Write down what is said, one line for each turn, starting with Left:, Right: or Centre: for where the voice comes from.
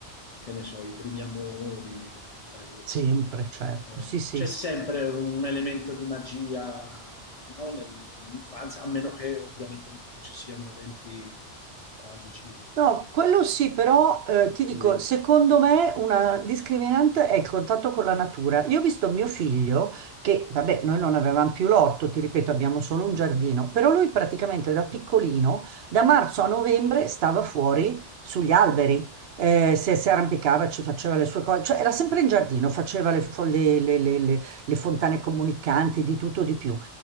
Left: che ne so, i primi amori, le prime tresche.
Right: sempre, certo.
Left: Eh,
Right: Sì, sì.
Left: c'è sempre un elemento di magia, no? Nell'infanzia, a meno che ovviamente non ci siano eventi tragici,
Right: No, quello sì, però eh,
Left: per
Right: ti
Left: cui...
Right: dico, secondo me una discriminante è il contatto con la natura. Io ho visto mio figlio che, vabbè, noi non avevamo più l'orto, ti ripeto, abbiamo solo un giardino, però lui praticamente da piccolino, da marzo a novembre, stava fuori sugli alberi, eh, si, si arrampicava, ci faceva le sue cose, cioè era sempre in giardino, faceva le, fo- le le- le- le- le fontane comunicanti, di tutto di più.